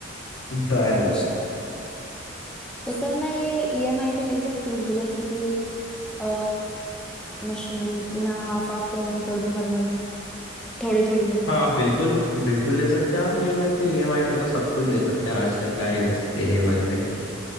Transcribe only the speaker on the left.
ड्रायर
वाली
हाँ आप बिल्कुल बिल्कुल ले सकते हैं आप ईएमआई पे ईएमआई पे तो सब कुछ ले सकते हैं आजकल क्या नहीं ले सकते ईएमआई पे